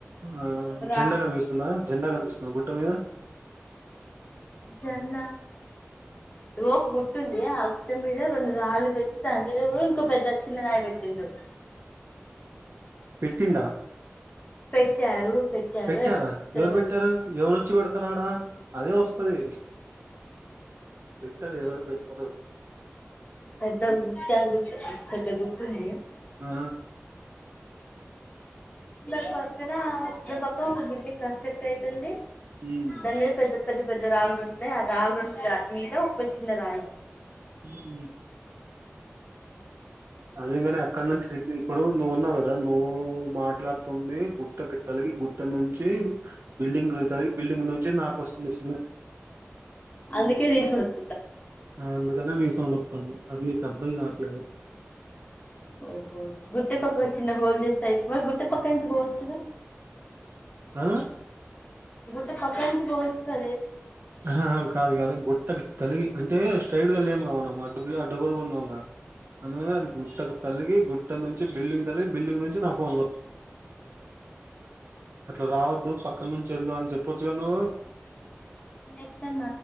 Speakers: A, on the right; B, on the left.
A: ఆ
B: రా
A: జెండా కనిపిస్తుందా జెండా కనిపిస్తుంద గుట్ట మీద
B: జన్మ ఇది ఒక గుట్టు ఉంది ఆ గుట్ట మీద రెండు ఆళ్లుు పెట్టి దాని మీద కూడా ఇంకో పెద్ద చిన్న రాయి పెట్టిండు
A: పెట్టిడా
B: పెట్టారు పెట్టారు
A: పెట్టారా
B: ఎట్లుందో తెలవదు
A: ఎవరు పెట్టారు ఎవరుంచి పెడతారడా అదే వస్తుది పీటర్ ఎవరు పేరు
B: పెద్ద గుర్త పెద్ద గుర్తుంది
A: ఆ
B: దర్ పక్కన దర్ పక్క ఒకకు బిల్డింగ్ కష్టక్తా తండి
A: ఉమ్
B: దాని మీద పెద్ద పెద్ద పెద్ద రాళ్ళుంటుయి ఆ రాళ్ం మీద ఓ చిన్న రాయి
A: హ అది ఎక్కడ వంచి ఇప్పుడు నువుమాట్లాడు గుట్టకి తల్గి గుట్ట నుంచి బిల్డింగ్ తగిలి బిల్డింగ్ నుంచి నాకు వస్తుంది
B: అందుకే రే సౌండ్
A: ఆ, అందుకనే రెసౌండ్ అది నీకు అర్ధం కావట్లేదు
B: ఓహో చిన్న హోల్ చేస్తాయి మరి గుర్తు పక్క నుంచి పోవచ్చుదా
A: ఆ
B: గుట్ట పక్క నుంచి పోవచ్చు గా
A: ఆహా కాదు కాదు గుట్టకి తలిగి అంటే స్ట్రైట్ గా లేముగా మనం అడ్ అడ్డగలుకుందాం అందు అది గుట్టకు తల్లిగి గు నుంచి బిల్డింగ్ తలిగి బిల్డింగ్ నుంచి నా ఫోన్ అట్లా రావద్దు పక్కన నుంచి వెళ్దుా అని చెప్పొచ్చు క నువ్వు
B: నేను చెపితే